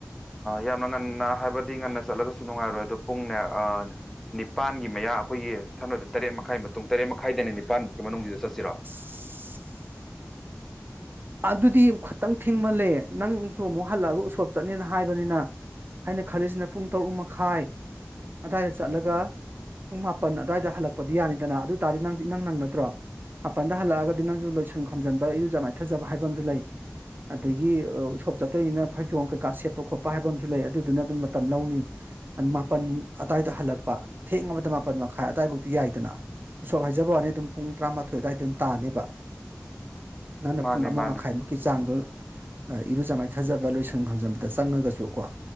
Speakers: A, in the centre; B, on the right (about 40°).
A: ꯌꯥꯝꯅ ꯉꯟ ꯍꯥꯏꯕꯗꯤ ꯉꯟꯅ ꯆꯠꯂꯒꯁꯨ ꯅꯨꯡꯉꯥꯏꯔꯣꯏ ꯑꯗꯣ ꯄꯨꯡꯅꯦ ꯅꯤꯄꯥꯟꯒꯤ ꯃꯌꯥ ꯑꯩꯈꯣꯏꯒꯤ ꯊꯪꯅꯕꯗ ꯇꯔꯦꯠ ꯃꯈꯥꯏ ꯃꯇꯨꯡ ꯇꯔꯦꯠ ꯃꯈꯥꯏꯗꯅꯤ ꯅꯤꯄꯥꯟꯕꯨꯛꯀꯤ ꯃꯅꯨꯡꯁꯤꯗ ꯆꯠꯁꯤꯔꯣ
B: <unintelligible> ꯑꯗꯨꯗꯤ ꯈꯛꯇꯪ ꯊꯦꯡꯃꯜꯂꯦ ꯅꯪꯁꯨ ꯑꯃꯨꯛ ꯍꯜꯂꯛꯑꯒ ꯎꯁꯣꯞ ꯆꯠꯅꯤꯅ ꯍꯥꯏꯕꯅꯤꯅ ꯍꯥꯏꯅ ꯈꯜꯂꯤꯁꯤꯅ ꯄꯨꯡ ꯇꯔꯨꯛ ꯃꯈꯥꯏ ꯑꯗꯨꯋꯥꯢꯗ ꯆꯠꯂꯒ ꯄꯨꯡ ꯃꯥꯄꯟ ꯑꯗꯨꯋꯥꯏꯗ ꯍꯜꯂꯛꯄꯗꯤ ꯌꯥꯅꯤꯗꯅ ꯑꯗꯨ ꯇꯥꯔꯗꯤ ꯅꯪ ꯢꯅꯪ ꯅꯪꯅꯗꯔꯣ ꯃꯥꯄꯟꯗ ꯍꯜꯂꯛꯑꯒꯗꯤ ꯅꯪꯁꯨ ꯂꯣꯏꯁꯟ ꯈꯣꯝꯖꯟꯕ ꯏꯔꯨꯖ ꯃꯥꯏꯊꯖꯕ ꯍꯥꯏꯕ ꯑꯃꯁꯨ ꯂꯩ ꯑꯗꯒꯤ ꯎꯁꯣꯞ ꯆꯠꯇꯨꯢꯅꯤꯅ ꯐꯩꯖꯣꯝ ꯀꯩꯀꯥ ꯁꯦꯠꯄ ꯈꯣꯠꯄ ꯍꯥꯏꯕ ꯑꯃꯁꯨ ꯂꯩ ꯑꯗꯨꯗꯨꯅ ꯑꯗꯨꯝ ꯃꯇꯝ ꯂꯧꯅꯤ ꯃꯥꯄꯜ ꯑꯗꯨꯋꯥꯏꯗ ꯍꯜꯂꯛꯄ ꯊꯦꯡꯑꯕꯗ ꯃꯥꯄꯜ ꯃꯈꯥꯏ ꯑꯗꯨꯋꯥꯏꯐꯧꯗꯤ ꯌꯥꯏꯗꯅ ꯎꯁꯣꯞ ꯍꯥꯏꯖꯕꯩ ꯋꯥꯅꯦꯕ ꯑꯗꯨꯝ ꯄꯨꯡ ꯇꯔꯥꯃꯥꯊꯣꯏ ꯑꯗꯨꯋꯥꯏꯗ ꯑꯗꯨꯝ ꯇꯥꯅꯦꯕ ꯅꯪꯅ
A: ꯃꯥꯅꯦ
B: ꯄꯨꯡ ꯑꯃ
A: ꯃꯥꯅꯦ
B: ꯃꯈꯥꯏꯃꯨꯛꯀꯤ ꯆꯥꯡꯗꯣ ꯏꯔꯨꯖ ꯃꯥꯏꯊꯥꯖꯕ ꯂꯣꯏꯁꯥꯟ ꯈꯥꯝꯖꯟꯕꯗ ꯆꯪꯉꯒꯁꯨ ꯀꯣ